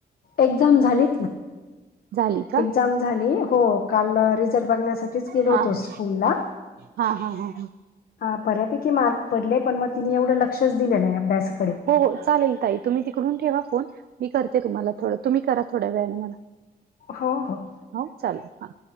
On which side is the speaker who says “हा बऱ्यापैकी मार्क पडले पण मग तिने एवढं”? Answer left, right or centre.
Left